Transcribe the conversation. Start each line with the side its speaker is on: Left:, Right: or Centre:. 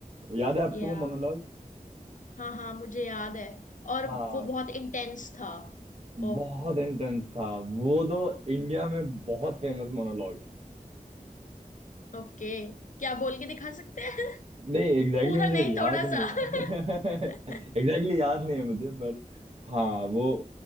Right: याद है आपको
Left: या
Right: वो मोनोलॉग
Left: हाँ हाँ मुझे याद है और
Right: हाँ
Left: वो बहुत इंटेंस था ओह
Right: बहुत इंटेंस था वो तो इंडिया में बहुत फेमस मोनोलॉग है
Left: ओके क्या बोल के दिखा सकते हैं
Right: नहीं
Left: <laughs>
Right: एग्जैक्टली
Left: पूरा
Right: exactly
Left: नहीं
Right: मुझे याद
Left: थोड़ा
Right: नहीं है
Left: सा
Right: <laughs> एग्जैक्टली
Left: <laughs>
Right: exactly याद नहीं है मुझे पर हाँ वो